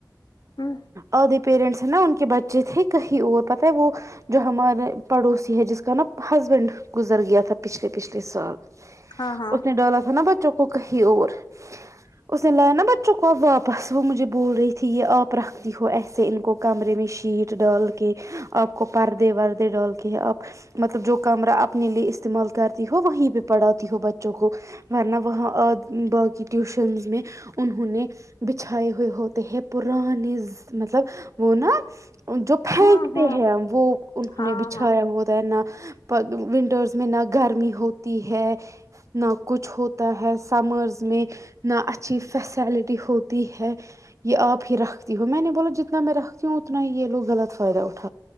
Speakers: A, on the left (about 75°); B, on the right (about 45°).
A: ہ
B: اور د <unintelligible> پیرنٹس ہیں نا ان کے بچے تھے کہیں اور پت ہے وہ جو ہمارے پڑوسی ہے جس کا نا ہسبینڈ گزر گیا تھا پچھلے پچھلے سال
A: ہاں ہاں
B: اس نے ڈرالا تھا نا بچوں کو کو کہیں اور اس نے لایا نا بچوں کوب واپس وہ مجھے بول رہی تھی یہ آپ رکھ دی ہو ایسے ان کو کمرے میں شیٹ ڈال کے آپ کو پردے دے ڈال کے ہے آپ مطلب جو کمرہ اپنے لیے استعمال کرتی ہو وہیں پہ پڑھاتی ہو بچوں کو ورنہ وہاں باقی ٹیوشنس میں انہوں نے بچھائے ہوئے ہوتے ہیں پرانے مطلب وہ نا جو پک
A: ہاں
B: <unintelligible>
A: ہاں
B: ہیں وہ انہوں
A: ہاں
B: نے بچھایا
A: ہاں
B: ہوتا ہے نا ونٹرس میں نہ گرمی ہوتی ہے نہ کچھ ہوتا ہے سمرز میں نہ اچھی فیسلٹی ہوتی ہے یہ آپ ہی رکھتی ہو میں نے بولا جتنا میں رکھتی ہوں اتنا ہی یہ لوگ غلط فائدہ ہو